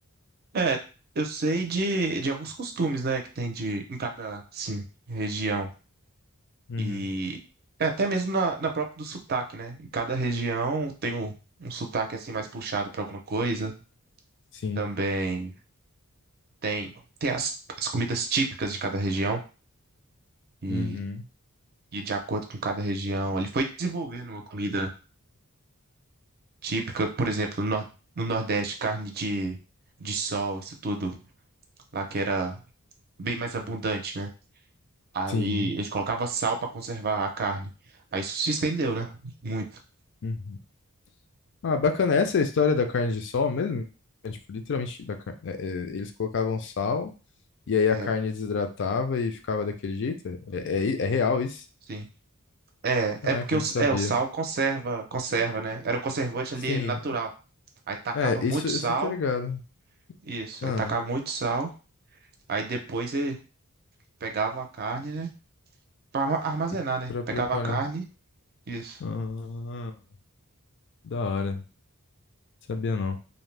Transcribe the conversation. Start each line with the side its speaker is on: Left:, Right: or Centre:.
Right: É, eu sei de, de alguns costumes, né, que tem de em cada, assim, região.
Left: uhum.
Right: E é, até mesmo na, na própria do sotaque, né? Em cada região tem um, um sotaque assim mais puxado para alguma coisa.
Left: Sim.
Right: Também tem, tem as, as comidas típicas de cada região e,
Left: Uhum.
Right: e de acordo com cada região. Ele foi desenvolvendo uma comida típica, por exemplo, no, Nor- no Nordeste, carne de, de sol, isso tudo lá que era bem mais abundante, né? Aí
Left: Sim.
Right: eles colocavam sal para conservar a carne. Aí isso se estendeu, né? Muito.
Left: Uhum. Ah, bacana. Essa é a história da carne de sol mesmo? É, tipo, literalmente, da car- é, é, eles colocavam sal e aí
Right: É,
Left: a carne desidratava e ficava daquele jeito? É, é, i- é real isso?
Right: sim. É,
Left: Caraca,
Right: é porque
Left: eu
Right: o,
Left: não sabia.
Right: é, o sal conserva, conserva, né? Era o conservante ali
Left: Sim.
Right: natural. Aí tacava
Left: É, isso,
Right: muito
Left: isso
Right: sal,
Left: eu tô ligado.
Right: isso,
Left: Ah,
Right: aí tacava muito sal, aí depois ele pegava a carne, né? Pra arma- armazenar,
Left: e
Right: né?
Left: pra
Right: Pegava
Left: preparar.
Right: a carne, isso.
Left: Ah, da hora. Sabia não.